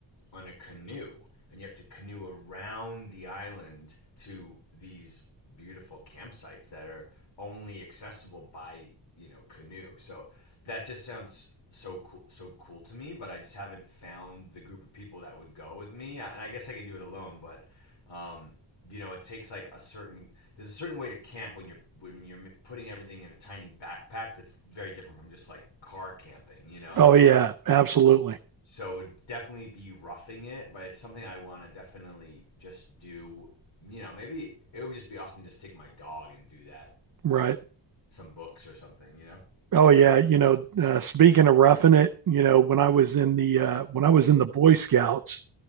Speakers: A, on the left (about 70°); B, on the right (about 45°).
A: on a canoe and you have to canoe around the island to these beautiful campsites that are only accessible by you know canoe so that just sounds so cool so cool to me but i just haven't found the group of people that would go with me and i guess i could do it alone but um you know it takes like a certain there's a certain way to camp when you're when you're putting everything in a tiny backpack that's very different from just like car camping you know
B: Oh yeah, absolutely.
A: so it would definitely be roughing it, but it's something I want to definitely just do. You know, maybe it would just be awesome to just take my dog and do that
B: Right.
A: and some books or something, you know?
B: Oh yeah, you know, uh, speaking of roughing it, you know, when I was in the uh, when I was in the Boy Scouts,